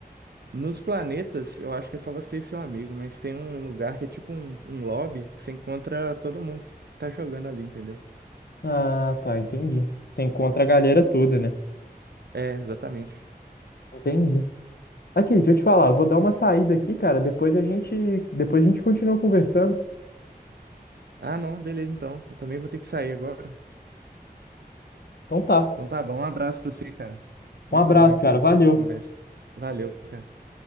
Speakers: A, on the right (about 80°); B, on the left (about 75°).
A: Nos planetas, eu acho que é só você e seu amigo, mas tem um lugar que é tipo um, um lobby que você encontra todo mundo que tá jogando ali, entendeu?
B: Ah, tá, entendi. Você encontra a galera toda, né?
A: É, exatamente.
B: Entendi. Aqui, deixa eu te falar, eu vou dar uma saída aqui, cara, depois a gente depois a gente continua conversando.
A: Ah, não, beleza então. Eu também vou ter que sair agora.
B: Então tá.
A: Então tá bom, um abraço pra você, cara. Muito
B: Um abraço,
A: bom aí a
B: cara. Valeu.
A: conversa. Valeu, cara.